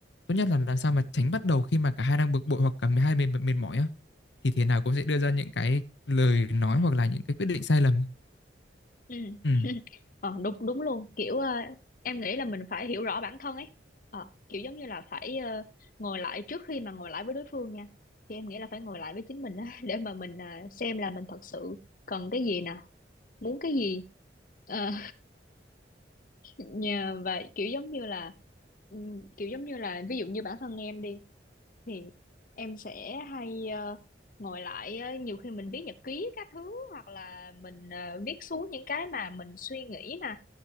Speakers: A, on the left; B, on the left.
A: Tốt nhất là làm sao mà tránh bắt đầu khi mà cả hai đang bực bội hoặc cả hai bên mệt mỏi á thì thế nào cũng sẽ đưa ra những cái lời nói hoặc là những cái quyết định sai lầm.
B: ừ
A: Ừ,
B: <laughs> ờ, đúng đúng luôn kiểu ờ, em nghĩ là mình phải hiểu rõ bản thân ấy ờ, kiểu giống như là phải ờ, ngồi lại trước khi mà ngồi lại với đối phương nha thì em nghĩ là phải ngồi lại với chính mình á <laughs> để mà mình ờ, xem là mình thật sự cần cái gì nè muốn cái gì Ờ, Nhà vậy kiểu giống như là ừm, kiểu giống như là ví dụ như bản thân em đi thì em sẽ hay ờ, ngồi lại ờ, nhiều khi mình viết nhật ký các thứ hoặc là mình ờ, viết xuống những cái mà mình suy nghĩ nè